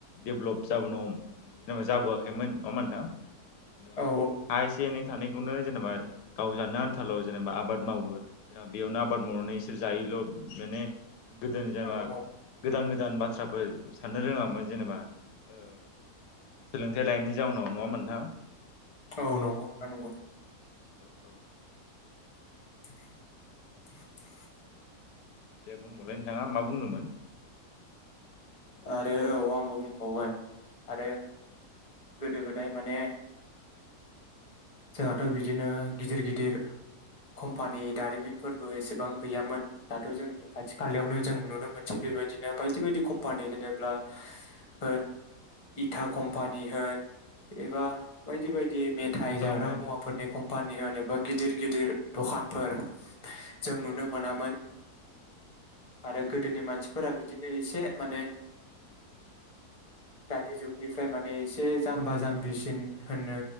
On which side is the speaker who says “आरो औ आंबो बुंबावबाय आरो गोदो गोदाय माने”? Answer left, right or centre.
Left